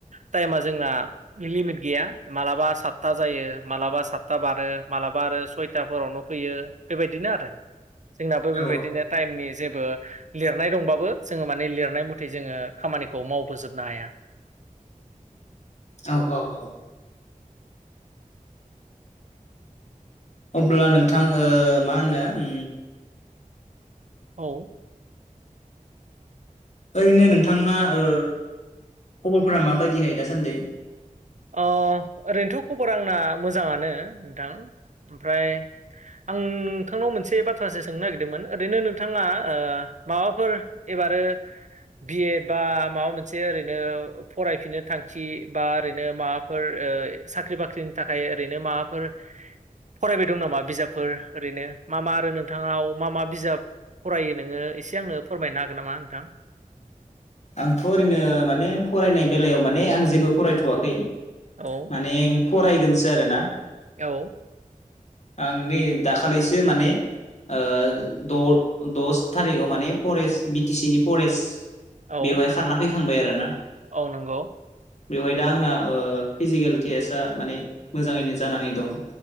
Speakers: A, on the right; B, on the left.
A: टाइमा जोंना लिमिट गैया मालाबा सातथा जायो मालाबा सातथा बारो मालाबा आरो सयथाफोरावनो फैयो बेबायदिनो आरो जोंनाबो
B: औ
A: बेबायदिनो टाइमनि जेबो लिरनाय दंबाबो जोङो माने लिरनाय मथै जोङो खामानिखौ मावबोजोबनो हाया।
B: औ औ औ अब्ला नोंथां ओ मा होनो ओम
A: औ
B: ओरैनो नोंथांना ओ खबरफोरा माबायदिहाय दासान्दै
A: ओ ओरैनोथ' खबर आंना मोजाङानो नोंथां। ओमफ्राय आं नोंथांनाव मोनसे बाथ्रासो सोंनो नागिरदोंमोन ओरैनो नोंथाङा ओ माबाफोर एबारो बि एड बा माबा मोनसे ओरैनो फरायफिननो थांखि बा ओरै माबाफोर ओ साख्रि-बाख्रिनि थाखाय ओरैनो माबाफोर फरायबाय दं नामा बिजाबफोर ओरैनो मा मा आरो नोंथाङाव मा मा बिजाब फरायो नोङो एसे आंनो फोरमायनो हागोन नामा नोंथां?
B: आंथ' ओरैनो माने फरायनाय बेलायाव माने आं जेबो फरायथ'वाखै।
A: औ
B: माने फरायगोनसो आरो ना
A: औ।
B: आं नै दाखालैसो माने ओ द दस थारिग आव माने फरेस्ट बिटिसि नि फरेस्ट
A: औ
B: बेवहाय खारना फैखांबाय आरोना।
A: औ नंगौ।
B: बेवहाय दा आंना ओ फिजिकेल टेस्टआ माने मोजाङैनो जानानै दं।